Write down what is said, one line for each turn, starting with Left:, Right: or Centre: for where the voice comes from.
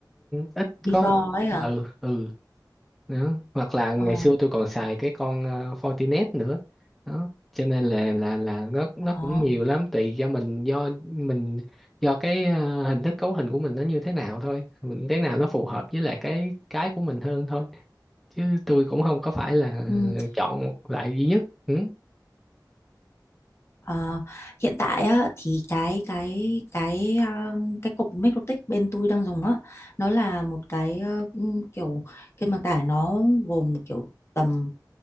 Centre: ít
Left: Vigo
Centre: có
Left: ấy
Centre: ừ
Left: à
Centre: ừ đó hoặc là ngày
Left: ờ
Centre: xưa tôi còn xài cái con ờ, Fortinet nữa đó cho nên là là là nó nó
Left: đó
Centre: cũng nhiều lắm tùy do mình do mình do cái ờ, hình thức cấu hình của mình nó như thế nào thôi mình thế nào nó phù hợp với lại cái cái của mình hơn thôi chứ tôi cũng không có phải là
Left: ừ.
Centre: chọn một loại duy nhất ừ.
Left: Ờ, hiện tại á, thì cái cái cái ờ, cái cục Mikrotik bên tôi đang dùng á nó là một cái ờ, ừm, kiểu kênh bằng tải nó gồm kiểu tầm